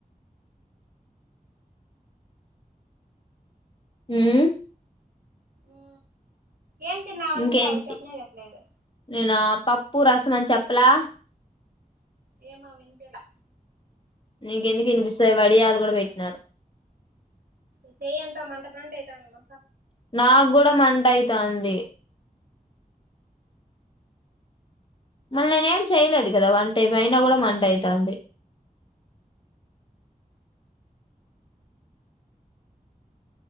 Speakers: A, on the left (about 35°); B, on the right (about 85°).
A: మ్మ్
B: ఆ ఏం తిన్నావ్ అంటే
A: ఇంకేంటి
B: అవి చెప్పనే చెప్పలేదు
A: నేను పప్పు రసమని చెప్పలా
B: ఏమో వినిపిలా
A: నీకెందుకు ఇనిపిస్తాయి వడియాలు కూడా పెట్టినా
B: ఈ చేయంతా మంటక్ మంట అయితాందిమ
A: నాగ్గూడా మంట అయితాంది మళ్ళీ నేనే ఏం చెయలేదు కదా వంట ఏమైనా కూడా మంట అయితాంది